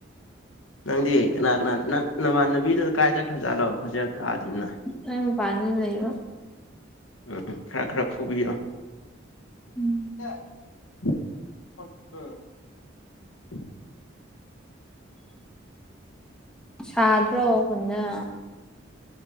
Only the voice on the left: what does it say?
ꯅꯪꯗꯤ ꯀꯅꯥ ꯀꯅꯥ ꯅꯪ ꯅꯃꯥꯟꯅꯕꯤꯗꯨ ꯀꯥꯏ ꯆꯠꯈ꯭ꯔꯖꯥꯠꯅꯣ ꯈꯣꯖꯥꯜ ꯇꯥꯗꯦꯅ
ꯎꯝ ꯎꯝ ꯈꯔ ꯈꯔ ꯐꯨꯕꯤꯌꯣ
<unintelligible>